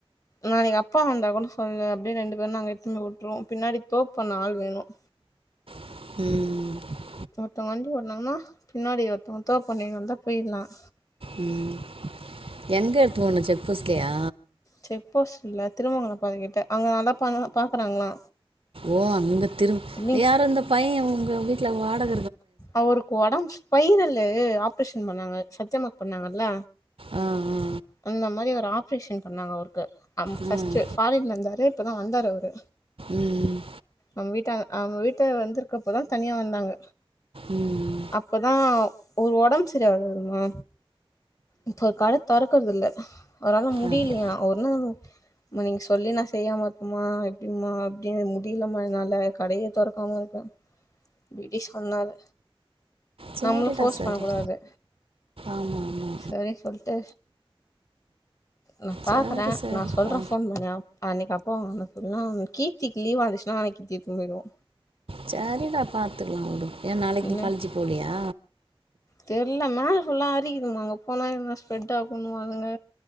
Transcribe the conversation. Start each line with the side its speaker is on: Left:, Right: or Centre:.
Left: நாளைக்கு அப்பா வந்தா கூன்னு சொல்லு அப்படின்னு ரெண்டு பேரும் நாங்க இத்துனு போய் விட்டருவோம் பின்னாடி தோப்பண்ண ஆள் வேணும்
Right: ம்
Left: ஒருத்தவங்க வண்டி ஒட்னாங்கன்னா பின்னாடி ஒருத்தங்க தோப் பண்ணினு வந்தா போயிடலாம்
Right: ம் எங்க எடுத்து போணும் செக் போஸ்ட்லையா
Left: செக் போஸ்ட் இல்ல திருமங்கல பாத கிட்ட அங்க நல்லா பண்ண பாக்குறாங்களா
Right: ஓ அங்க திரும்
Left: அப்டி
Right: யார அந்த பைய உங்க வீட்ல வாடக
Left: அவருக்கு ஒடம்பு ஸ்பைரல் இது ஆப்ரேஷன் பண்ணாங்க சத்யமாக் பண்ணாங்கல்ல
Right: ஆ ஆ
Left: அந்த மாரி ஒரு ஆப்ரேஷன் பண்ணாங்க அவருக்கு அங் ஃபர்ஸ்ட்
Right: ஆ ம்
Left: ஃபாரின்ல இருந்தாரு இப்பதா வந்தாரு அவரு
Right: ம்
Left: அவ வீட்டா அவ வீட் த வந்திருக்கப்பதா தனியா வந்தாங்க
Right: ம்
Left: அப்பதா அவரு ஒடம்பு சரியாதவருமா இப்ப ஒரு கட தொர க்குரதுல்ல அவரால முடியிலையா
Right: அப்படி
Left: ஒன்னு மா நீங்க சொல்லி நா செய்யாம இருப்பமா எப்டிமா அப்டின்னு முடியிலமா என்னால கடையே தொறக்காம இருக்க இப்டி சொன்னாரு
Right: சேரிடா
Left: நம்மளு ஃபோர்ஸ்
Right: சரி
Left: பண்ண கூடாது
Right: ஆமாமா
Left: சரின்னு சொல்ட்டு நா பாக்குற
Right: சரி சரிப்பா
Left: நா சொல்றே ஃபோன் பண்ணியா அன்னைக்கு அப்போ அவங்க எல்லா கீர்த்திக்கு லீவா இருந்துச்னா நாளைக் கீர்த்தி இத்துன்போய்ருவோ
Right: சரிடா பாத்துக்கலா உடு ஏ நாளைக்கு
Left: இல்ல
Right: நீ காலஜு போலியா
Left: தெர்ல மேல ஃபுல்லா அரிக்குதுன்னாங்க அங்க போனா என்ன ச் ஃபெட் ஆகுனுவானுங்க